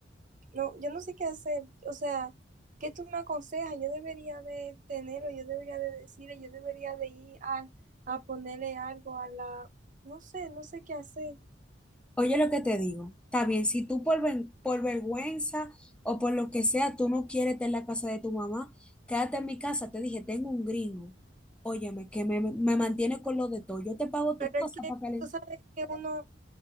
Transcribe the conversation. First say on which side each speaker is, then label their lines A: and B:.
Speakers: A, on the right; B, in the centre.
A: no, yo no sé qué hacer. O sea, ¿qué tú me aconsejas? Yo debería de tenerlo, yo debería de decirle, yo debería de ir a, a ponerle algo a la, no sé, no sé qué hacer.
B: Oye lo que te digo. Está bien, si tú por, ven- por vergüenza o por lo que sea, tú no quieres estar en la casa de tu mamá, quédate en mi casa. Te dije, tengo un gringo. Óyeme, que me, me mantiene con lo de todo. Yo te pago
A: Pero
B: tu cosa
A: es que
B: para que, le-
A: tú sabes que uno